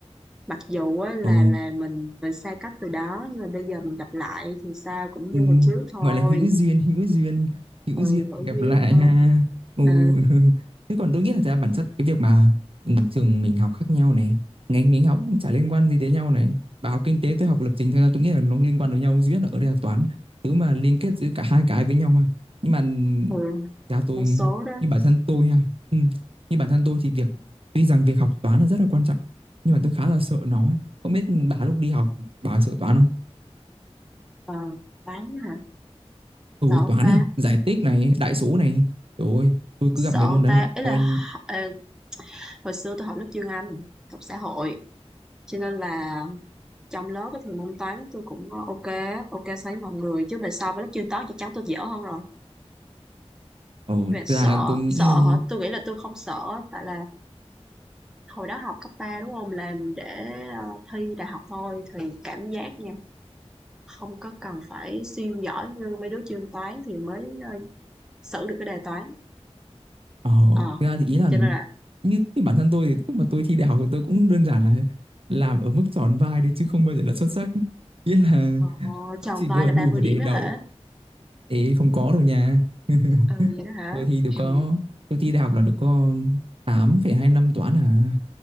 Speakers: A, in the centre; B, on the right.
A: mặc dù á, là
B: ừ,
A: là mình mình xa cách từ đó nhưng mà bây giờ mình gặp lại thì sao cũng
B: ừ,
A: như hồi trước thôi
B: gọi là hữu duyên hữu duyên hữu
A: ừ
B: duyên
A: ngẫu
B: mình gặp
A: nhiên
B: lại
A: thôi
B: ha ừ.
A: ừ
B: <laughs> thế còn tôi nghĩ là thật ra bản chất cái việc mà ừ, trường mình học khác nhau này ngành mình học cũng chả liên quan gì tới nhau này bà học kinh tế tôi học lập trình thật ra tôi nghĩ là nó liên quan với nhau duy nhất là ở đây là toán thứ mà liên kết giữa cả hai cái với nhau ha nhưng mà ừ,
A: ừ,
B: cha tôi
A: một số đó
B: như bản thân tôi ha ừ. như bản thân tôi thì việc tuy rằng việc học toán là rất là quan trọng nhưng mà tôi khá là sợ nó ấy. không biết bà lúc đi học thì bà sợ toán không
A: ờ bán hả
B: ừ
A: sợ ông
B: toán
A: ta
B: này giải tích này đại số này rồi tôi
A: sợ
B: cứ gặp mấy
A: ông
B: môn đấy
A: ta
B: là
A: ý
B: coi
A: là ờ, hồi xưa tôi học lớp chuyên Anh học xã hội cho nên là trong lớp á thì môn toán tôi cũng ok ok so với mọi người chứ mà so với lớp chuyên toán chắc chắn tôi dở hơn rồi
B: ờ thực
A: về sợ
B: ra tôi nghĩ
A: sợ hả tôi nghĩ là tôi không sợ tại là hồi đó học cấp 3 đúng không làm để ờ, thi đại học thôi thì cảm giác nha không có cần phải siêu giỏi như mấy đứa chuyên toán thì mới ờ, xử được cái đề toán
B: ờ
A: ờ
B: thực ra thì ý là
A: cho nên là
B: như, như bản thân tôi thì lúc mà tôi thi đại học thì tôi cũng đơn giản là làm ở mức tròn vai đấy chứ không bao giờ là xuất sắc nghĩa là
A: ờ, tròn
B: tôi chỉ
A: vai
B: vừa
A: là
B: đủ
A: ba mươi
B: để
A: điểm đó
B: đậu
A: hả
B: ấy không có đâu nha <laughs>
A: ừ vậy đó hả
B: tôi thi được có
A: ừ
B: tôi thi đại học là được có tám phẩy hai năm toán à